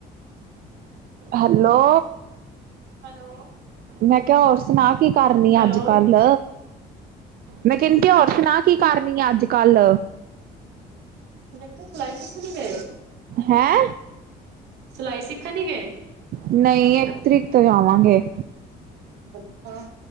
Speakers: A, on the right; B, on the right.
A: ਹੈਲੋ
B: ਹੈਲੋ
A: ਮੈਂ ਕਿਹਾ ਹੋਰ ਸੁਣਾ ਕੀ ਕਰਨੀ ਆ
B: ਹੈਲੋ
A: ਅੱਜ -ਕੱਲ ਮੈਂ ਕਹਿੰਦੀ ਕਿ ਹੋਰ ਸੁਣਾ ਕਿ ਕਰਨੀ ਆ ਅੱਜ -ਕੱਲ
B: ਮ ਸਲਾਈ ਸ਼ਿਕਣੀ ਵੇ
A: ਹੈਂ
B: ਸਿਲਾਈ ਸਿੱਖਣ ਨੀ ਗਏ
A: ਨਹੀਂ ਇੱਕ ਤਰੀਕ ਤੋਂ ਜਾਵਾਂਗੇ।
B: ਅੱਛਾ।